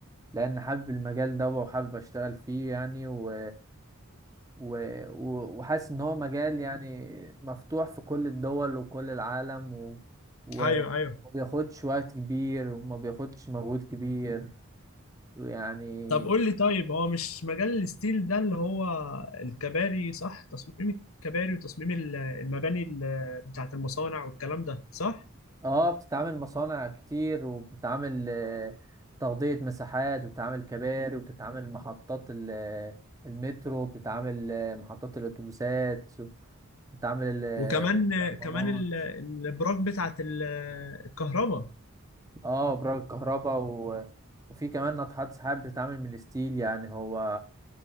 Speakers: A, on the right; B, on the left.
A: لان حابب المجال ده وحابب اشتغل فيه يعني و و- و- وحاسس ان هو مجال يعني مفتوح في كل الدول وكل العالم و... و-
B: ايوه ايوه
A: وما بياخدش وقت كبير وما بياخدش مجهود كبير يعني
B: طب قول لي طيب هو مش مجال الستيل ده اللي هو الكباري صح تصميم الكباري وتصميم ال- المباني ال- بتاعت المصانع والكلام ده صح
A: اه بتتعامل مصانع كتير وبتتعامل آه، تغطية مساحات وبتتعامل كباري وبتتعامل محطات ال- المترو بتتعامل آه، محطات الأتوبيسات بتتعامل آه،
B: وكمان
A: الكرفانات
B: كمان ال- الابراج بتاعت ال- الكهرباء
A: اه ابراج الكهرباء و... وفي كمان ناطحات سحاب بتتعامل من الستيل يعني هو